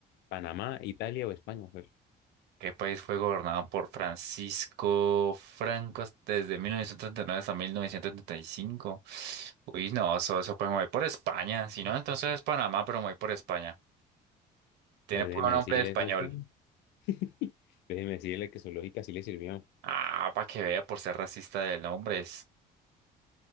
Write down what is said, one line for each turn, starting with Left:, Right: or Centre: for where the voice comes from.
Left: ¿Panamá, Italia o España? Pues,
Right: ¿Qué país fue gobernado por Francisco Franco desde 1939 hasta 1935? Uy, no, eso, eso pues me voy por España. Si no, entonces es Panamá, pero me voy por España. Tiene
Left: pues
Right: puro
Left: déjeme
Right: nombre
Left: decirle
Right: de español.
Left: eso, socio. <laughs> Déjeme decirle que su lógica sí le sirvió.
Right: Ah, para que vea por ser racista de nombres.